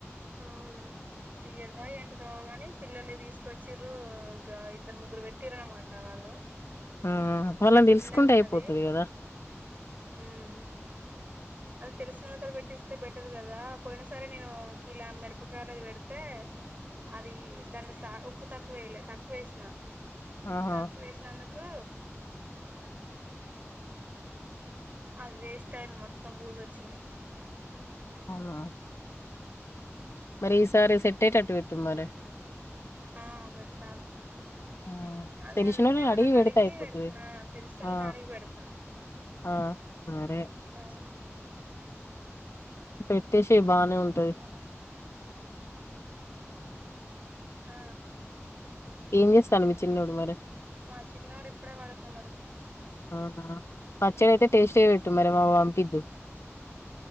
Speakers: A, on the right; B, on the left.
A: అవునా తీయడదా ఏంటిదొ కాని పిల్లల్ని తీసుకొచ్చిరూ ఇగా ఇద్దరు ముగ్గురు పెట్టింరు అనమాట వాళ్ళు
B: ఆ! వాళ్ళని
A: పెట్టిందే
B: దెలుసుకుంటే
A: ఉన్నది
B: అయిపోతది గదా!
A: ఉమ్ అది తెలిసిన <unintelligible> పెట్టిస్తే బెటర్ కదా పోయిన సరే నేను కిలా మిరపకాయలది పెడితే అది దాంట్లో సా ఉప్పు తక్కువ వేయలే తక్కువ వేసిన
B: ఆహా!
A: తక్కువ వేసినందుకు అది వేస్ట్ అయింది మొత్తం బూజ్ అచ్చింది
B: అవునా మరి
A: ఉమ్,
B: ఈ సారి సెట్టయేటట్టు పెట్ టు మరి
A: ఆ పెడతాలే
B: ఆ!
A: అదే
B: తెలిసినోళ్ళని
A: అందుకనే ఎవళ్ళైన
B: పెడితే
A: అడిగి
B: అయిపోతది
A: పెడతా ఆ తెలిస్నోళ్లని
B: ఆ
A: అడిగి పెడతా
B: ఆ సరే
A: ఆ
B: పెట్టేశేయి బాగనే ఉంటది
A: ఆ ఆ
B: ఏం చేస్తాండు మీ చిన్నోడు మరి
A: మా చిన్నోడు ఇప్పుడే పడుకున్నడు
B: అవునా పచ్చడి అయితే టెస్టీగా పెట్టు మరి మాకు పంపిద్దు